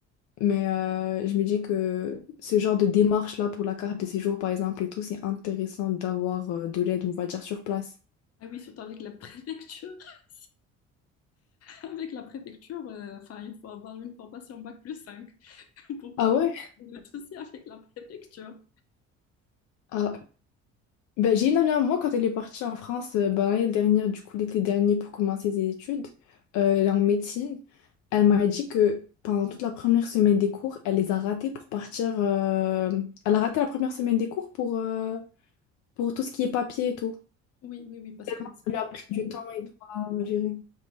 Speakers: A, on the left (about 75°); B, on the left (about 55°).
A: Mais euh, je me dis que ce genre de démarche-là pour la carte de séjour, par exemple, et tout, c'est intéressant d'avoir euh, de l'aide, on va dire, sur place.
B: ah oui, surtout avec la préfecture. <laughs> Avec la préfecture, euh, enfin, il faut avoir une formation bac plus 5 <laughs> pour pouvoir
A: Ah ouais?
B: le souci avec la préfecture.
A: Ah, ben, j'ai une amie à moi, quand elle est partie en France, euh, ben, l'année dernière, du coup, l'été dernier, pour commencer ses études, euh, elle est en médecine. Elle m'a dit que pendant toute la première semaine des cours, elle les a ratés pour partir... euh, Elle a raté la première semaine des cours pour, euh, pour tout ce qui est papier et tout.
B: Oui, oui, oui, parce
A: Tellement
B: que y a
A: ça
B: vraiment
A: lui a pris
B: pas
A: du
B: mal de
A: temps et tout à gérer.